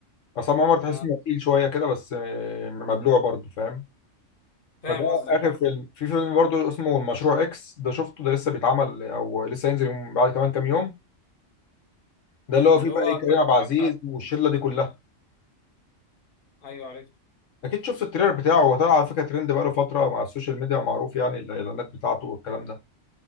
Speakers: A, on the left; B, on the left.
A: عصام عمر تحس
B: آه،
A: انه تقيل شويه كده بس آه، مبلوع برضه فاهم
B: فاهم
A: فده
B: قصدك
A: اخر
B: فاهم
A: فيلم في فيلم برضه اسمه المشروع اكس ده شفته ده لسه بيتعمل او لسه هينزل يوم بعد كمان كام يوم ده اللي هو
B: اللي
A: فيه بقى
B: هو
A: ايه
B: بتاع
A: كريم عبد العزيز
B: الجامعة بتاعت-
A: والشله دي كلها
B: ايوه عرفت
A: اكيد شفت التريلر بتاعه هو طلع على فكره ترند بقاله فتره مع السوشيال ميديا معروف يعني الاعلانات بتاعته والكلام ده